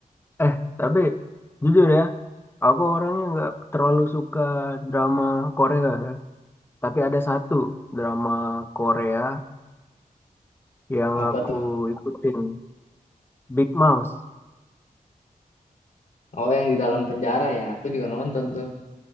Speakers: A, on the left (about 15°); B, on the left (about 70°).
A: eh tapi jujur ya, aku orangnya nggak terlalu suka drama Korea ya. Tapi ada satu drama Korea yang
B: Apa
A: aku
B: tuh?
A: ikutin Big Mouse
B: Oh, yang di dalam penjara ya. Aku juga nonton tuh.